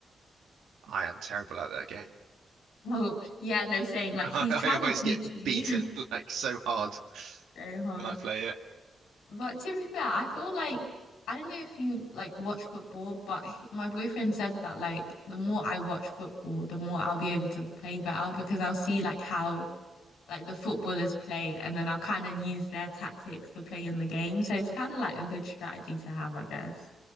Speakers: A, on the right; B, on the left.
A: I am terrible at that game.
B: Oh, yeah, no, same.
A: <laughs>
B: Like,
A: I,
B: he's trying
A: I always
B: to teach
A: get
B: me
A: beaten
B: <laughs>
A: <laughs> like so hard
B: so hard.
A: when I play it.
B: But to be fair, I feel like I don't know if you like watch football, but <laughs> h- my boyfriend said that like the more I watch football, the more I'll be able to play better because I'll see like how like the footballers play and then I'll kind of use their tactics to play in the game. So it's kind of like a good strategy to have, I guess.